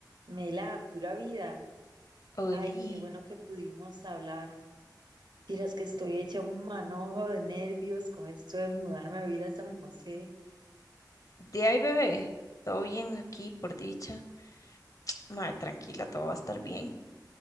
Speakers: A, on the right; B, on the left.
A: Mela, pura vida.
B: Oli,
A: Ay, qué bueno que pudimos hablar. Vieras que estoy hecha un manojo de nervios con esto de mudarme a vivir a San José.
B: de ahí bebé, todo bien aquí por dicha. Ma, tranquila, todo va a estar bien.